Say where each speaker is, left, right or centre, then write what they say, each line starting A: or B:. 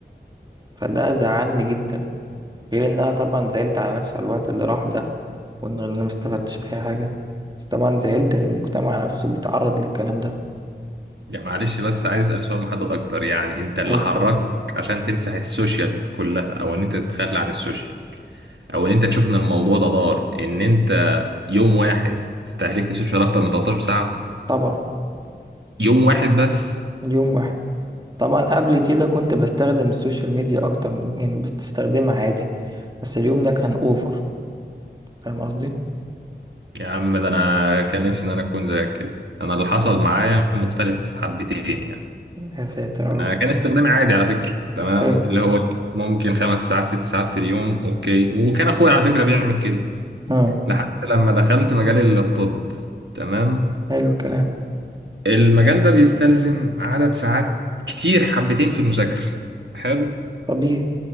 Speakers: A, on the right; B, on the right.
A: فده زعلني جدا غير ان انا طبعا زعلت على نفسي على الوقت اللي راح ده وان انا ما استفدتش اي حاجه بس طبعا زعلت ان المجتمع نفسه بيتعرض للكلام ده
B: يعني معلش بس عايز اسال سؤال محدد اكتر يعني انت اللي
A: حلو
B: حركك عشان تمسح السوشيال كلها او ان انت تتخلى عن السوشيال او ان انت تشوف ان الموضوع ده ضار ان انت يوم واحد استهلكت السوشيال اكتر من 13 ساعه
A: طبعا
B: يوم واحد بس
A: اليوم واحد طبعا قبل كده كنت بستخدم السوشيال ميديا اكتر من يعني بستخدمها عادي بس اليوم ده كان اوفر فاهم قصدي
B: يا عم ده انا كان نفسي ان انا اكون زيك كده انا اللي حصل معايا مختلف حبتين يعني
A: يا ساتر يا رب
B: انا كان استخدامي عادي على فكره تمام
A: حلو
B: اللي هو ممكن خمس ساعات ست ساعات في اليوم اوكي وكان اخويا على فكره بيعمل كده
A: اه
B: لحد لما دخلت مجال الطب تمام
A: حلو الكلام
B: المجال ده بيستلزم عدد ساعات كتير حبتين في المذاكره حلو
A: طبيعي